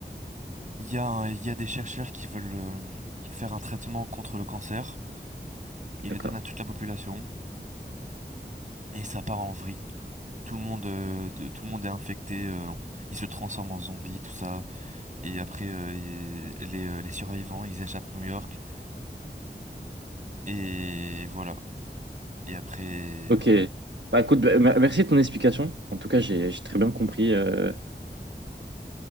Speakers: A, on the right (about 45°); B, on the right (about 80°).
A: Il y a, un- il y a des chercheurs qui veulent euh, faire un traitement contre le cancer. Ils
B: d'accord.
A: le donnent à toute la population et ça part en vrille. Tout le monde, euh, de- tout le monde est infecté. euh, ils se transforment en zombies, tout ça. Et après, euh, il- les, euh, les survivants, ils échappent à New York. Et voilà. Et après.
B: Ok. Bah écoute, bah, mer- merci de ton explication. En tout cas, j'ai j'ai très bien compris. euh,